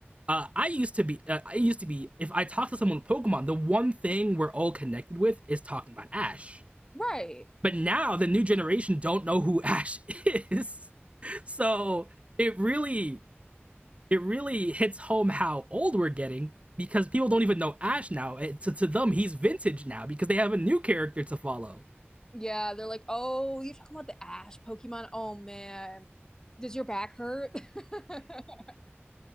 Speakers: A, on the right (about 30°); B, on the left (about 15°).
A: Uh, I used to be. Uh, I used to be. If I talk to someone with Pokemon, the one thing we're all connected with is talking about Ash
B: Right.
A: but now the new generation don't know who Ash is. <laughs> So it really it really hits home how old we're getting because people don't even know Ash now. It, to, to them, he's vintage now because they have a new character to follow.
B: Yeah, they're like, "Oh, you're talking about the Ash Pokemon? Oh man. Does your back hurt?" <laughs>